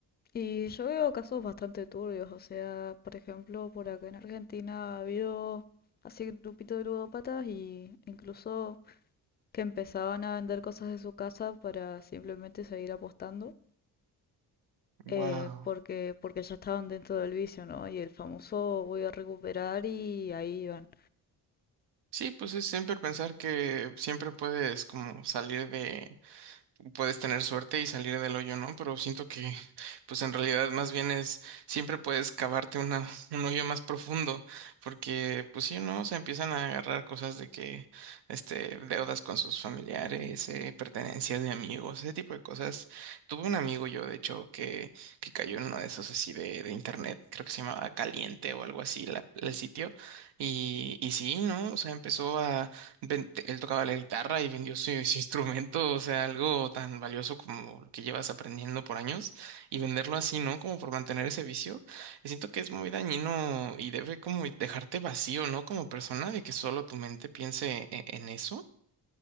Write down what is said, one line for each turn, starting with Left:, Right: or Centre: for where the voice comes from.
Left: Y yo veo casos bastante turbios, o sea, por ejemplo, por acá en Argentina ha habido así grupitos de ludópatas y incluso que empezaban a vender cosas de su casa para simplemente seguir apostando,
Right: Wow.
Left: eh, porque, porque ya estaban dentro del vicio, ¿no? Y el famoso voy a recuperar y ahí iban.
Right: Sí, pues es siempre pensar que siempre puedes como salir de puedes tener suerte y salir del hoyo, ¿no? Pero siento que, pues en realidad más bien es, siempre puedes cavarte una, <laughs> un hoyo más profundo, porque, pues sí, ¿no? O sea, empiezan a agarrar cosas de que, este, deudas con sus familiares, eh, pertenencias de amigos, ese tipo de cosas. Tuve un amigo yo, de hecho, que, que cayó en uno de esos así de, de internet, creo que se llamaba Caliente o algo así, la, el sitio, y, y sí, ¿no? O sea, empezó a ven- él tocaba la guitarra y vendió su, <laughs> su instrumento, o sea, algo tan valioso como lo que llevas aprendiendo por años y venderlo así, ¿no? Como por mantener ese vicio. Y Siento que es muy dañino y debe como dejarte vacío, ¿no? Como persona, de que solo tu mente piense e- en eso.